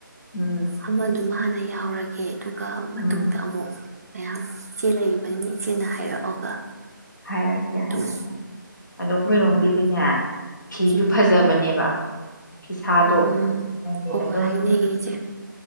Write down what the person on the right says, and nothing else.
ꯑꯃꯗꯨ ꯗꯨꯃꯥ ꯍꯥꯟꯅ ꯌꯥꯎꯔꯒꯦ ꯑꯗꯨꯒ ꯃꯇꯨꯡꯗ
ꯑꯃꯨꯛ ꯃꯌꯥꯝ ꯏꯆꯦ ꯂꯩꯔꯤꯕꯕꯅꯤꯅ ꯏꯆꯦꯅ ꯍꯥꯏꯔꯛꯑꯒ
ꯑꯗꯨꯝ
ꯎꯝ
ꯎꯝ
ꯎꯝ ꯎꯝ
ꯍꯣꯏ
ꯍꯣꯏ ꯍꯥꯏꯅꯩꯌꯦ ꯏꯆꯦ